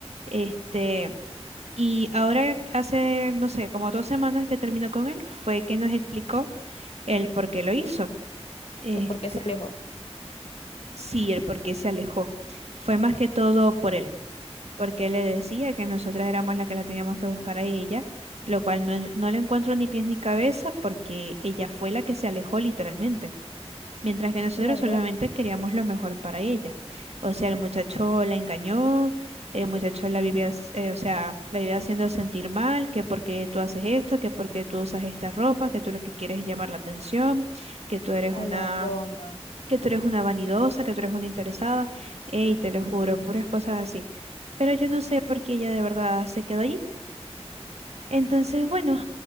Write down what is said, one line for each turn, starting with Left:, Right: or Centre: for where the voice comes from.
Right: Este, y ahora hace, no sé, como dos semanas que terminó con él, fue que nos explicó el por qué lo hizo. Este,
Left: ¿Eh, ¿Por qué se alejó?
Right: sí, el por qué se alejó. Fue más que todo por él, porque él le decía que nosotras éramos las que la teníamos que buscar a ella, lo cual no, no le encuentro ni pies ni cabeza porque ella fue la que se alejó literalmente. mientras que nosotros
Left: Claro,
Right: solamente queríamos lo mejor para ella. O sea, el muchacho la engañó, el muchacho la vivía, s- eh, o sea, la vivía haciendo sentir mal, que porque tú haces esto, que porque tú usas esta ropa, que tú lo que quieres es llamar la atención, que tú eres una,
Left: a la broma.
Right: que tú eres una vanidosa, que tú eres una interesada, y te lo juro, puras cosas así. Pero yo no sé por qué ella de verdad se quedó allí. Entonces, bueno,